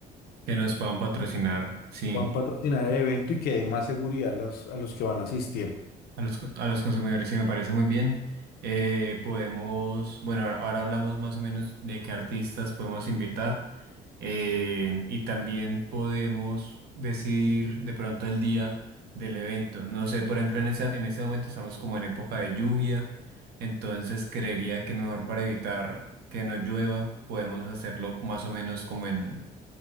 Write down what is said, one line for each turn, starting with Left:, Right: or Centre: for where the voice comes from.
Right: que nos puedan patrocinar, sí.
Left: que puedan patrocinar el evento y que dé más seguridad a los, a los que van a asistir.
Right: A los, co- a los consumidores, sí, me parece muy bien. Eh, podemos, bueno, ahora ahora hablamos más o menos de qué artistas podemos invitar eh, y también podemos decidir de pronto el día del evento. No sé, por ejemplo, en esa, en este momento estamos como en época de lluvia, entonces creería que mejor para evitar que no llueva, podemos hacerlo más o menos como en,